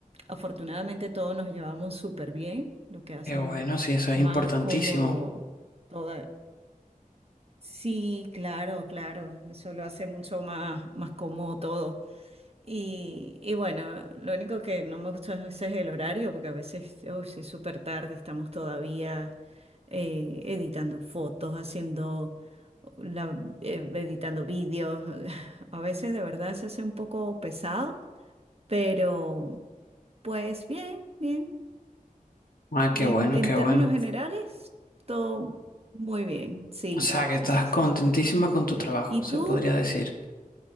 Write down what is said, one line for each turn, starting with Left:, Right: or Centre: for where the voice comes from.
Right: afortunadamente todos nos llevamos súper bien, lo que hace
Left: qué bueno, sí, eso es
Right: más
Left: importantísimo.
Right: cómodo toda. Sí, claro, claro, eso lo hace mucho más, más cómodo todo. Y, y bueno, lo único que no me gusta a veces es el horario, porque a veces oh, sí es súper tarde, estamos todavía eh, editando fotos, haciendo, la- eh, editando vídeos. <laughs> A veces de verdad se hace un poco pesado, pero pues bien, bien.
Left: Ah,
Right: En,
Left: qué bueno,
Right: en
Left: qué
Right: términos
Left: bueno.
Right: generales, todo muy bien. Sí,
Left: O sea, que
Right: sí,
Left: estás
Right: sí,
Left: contentísima
Right: sí, sí.
Left: con tu trabajo,
Right: ¿Y
Left: se
Right: tú?
Left: podría decir.